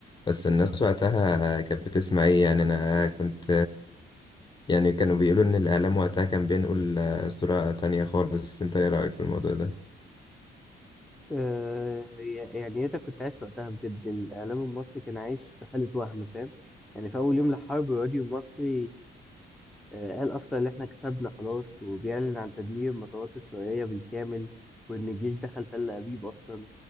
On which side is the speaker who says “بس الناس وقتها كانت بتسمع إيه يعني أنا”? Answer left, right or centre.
Left